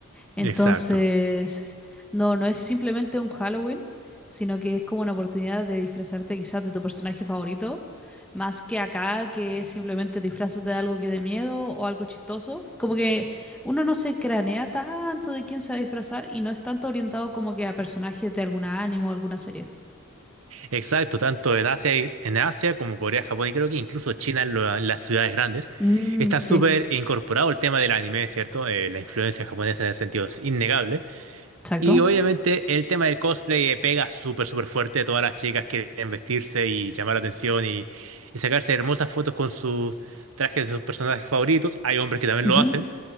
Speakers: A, in the centre; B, on the right.
A: Entonces,
B: Exacto,
A: no, no es simplemente un Halloween, sino que es como una oportunidad de disfrazarte quizás de tu personaje favorito, más que acá que es simplemente disfrazarte de algo que dé miedo o algo chistoso. Como que uno no se cranea tanto de quién se va a disfrazar y no es tanto orientado como que a personajes de alguna anime o alguna serie.
B: exacto, tanto en Asia, y- en Asia como Corea, Japón y creo que incluso China, en lo- en las ciudades grandes,
A: Mm,
B: está
A: sí,
B: súper incorporado el tema del anime, ¿cierto? Eh, la influencia japonesa en ese sentido es innegable.
A: exacto.
B: Y obviamente el tema del cosplay eh, pega súper, súper fuerte. Todas las chicas quieren vestirse y llamar la atención y, y sacarse hermosas fotos con sus trajes de sus personajes favoritos. Hay hombres que también
A: Ujú,
B: lo hacen